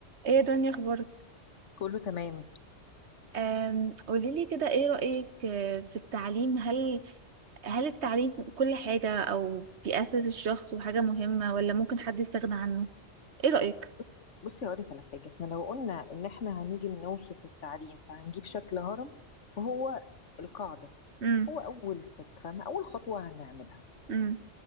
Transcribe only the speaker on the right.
ايه يا دنيا اخبارك
أم، قوليلي كده ايه رأيك آه، في التعليم هل هل التعليم كل حاجة او بيأسس الشخص وحاجة مهمة ولا ممكن حد يستغنى عنه ايه رأيك
امم
امم